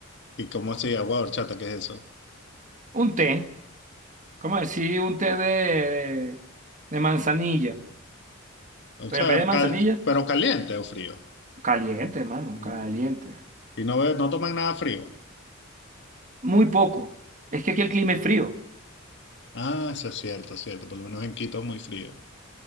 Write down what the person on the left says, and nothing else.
¿Y cómo así? Agua de horchata, ¿qué es eso?
O
sea,
cal- pero caliente o frío.
Mm.
Y no, be- no toman nada frío.
Ah, eso es cierto, es cierto. Por lo menos en Quito es muy frío.